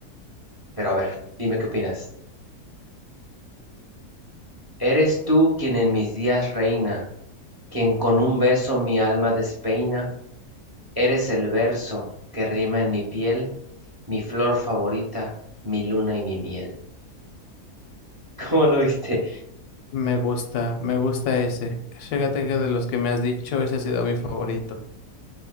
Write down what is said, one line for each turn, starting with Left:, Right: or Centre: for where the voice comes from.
Right: pero a ver, dime qué opinas. Eres tú quien en mis días reina, quien con un beso mi alma despeina. Eres el verso que rima en mi piel, mi flor favorita, mi luna y mi miel. <laughs> ¿Cómo lo viste?
Left: Me gusta, me gusta ese. Fíjate que de los que me has dicho, ese ha sido mi favorito.